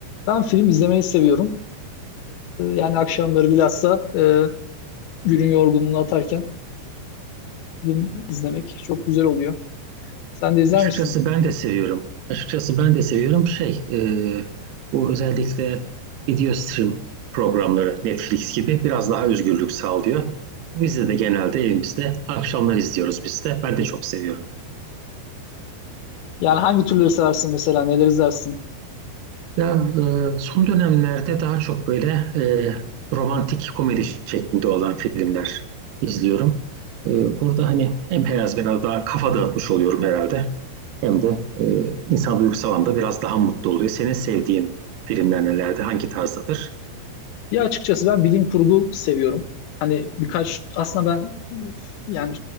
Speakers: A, on the left; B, on the right.
A: Ben film izlemeyi seviyorum. Ee, Yani akşamları bilhassa e, günün yorgunluğunu atarken film izlemek çok güzel oluyor. Sen de izler
B: Açıkçası
A: misin?
B: ben de seviyorum. Açıkçası ben de seviyorum şey e, bu özellikle video stream programları Netflix gibi biraz daha özgürlük sağlıyor. Biz de de genelde evimizde akşamlar izliyoruz biz de. Ben de çok seviyorum.
A: Yani hangi türleri seversin mesela, neler izlersin?
B: Ya e, son dönemlerde daha çok böyle e, romantik komedi şeklinde olan filmler izliyorum. E, burada hani hem biraz biraz daha kafa dağıtmış oluyorum herhalde. Hem de e, insan duygusal anda biraz daha mutlu oluyor. Senin sevdiğin filmler nelerdi? Hangi tarzdadır?
A: Ya açıkçası ben bilim kurgu seviyorum. Hani birkaç, aslında ben yani